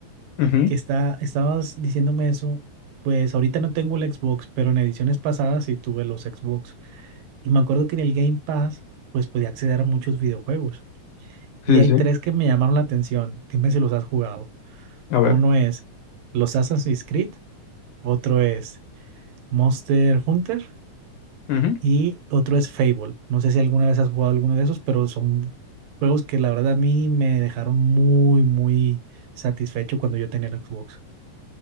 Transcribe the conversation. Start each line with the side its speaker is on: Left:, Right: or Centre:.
Left: Ujú,
Right: que está, estabas diciéndome eso, pues ahorita no tengo el Xbox, pero en ediciones pasadas sí tuve los Xbox. Y me acuerdo que en el Game Pass, pues podía acceder a muchos videojuegos. Y
Left: Sí,
Right: hay
Left: sí.
Right: tres
Left: sí.
Right: que me llamaron la atención. Dime si los has jugado.
Left: A ver.
Right: Uno es los Assassin's Creed, otro es Monster Hunter
Left: ujú.
Right: y otro es Fable. No sé si alguna vez has jugado alguno de esos, pero son juegos que la verdad a mí me dejaron muy, muy satisfecho cuando yo tenía el Xbox.